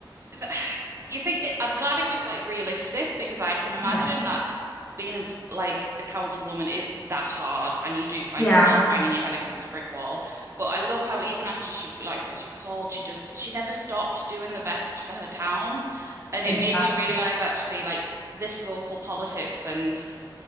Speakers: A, on the right; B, on the left.
A: th- <sighs> you think I'm glad it was like realistic because I can imagine
B: Yeah.
A: that being in, like a councilwoman is that hard and you do find
B: Yeah,
A: yourself banging your head against a brick wall. But I love how even after she like was recalled, she just she never stopped doing the best for her town. And
B: exactly.
A: it made me realize actually like this local politics and